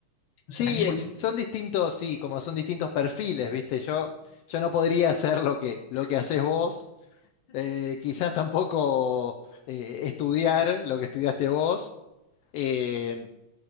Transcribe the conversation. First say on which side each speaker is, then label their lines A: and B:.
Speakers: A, on the left; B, on the left.
A: Sí,
B: O sea, que, sí.
A: es que son distintos, sí, como son distintos perfiles, ¿viste? Yo, yo no podría hacer lo que, lo que haces vos, eh, quizás tampoco eh, estudiar lo que estudiaste vos, eh,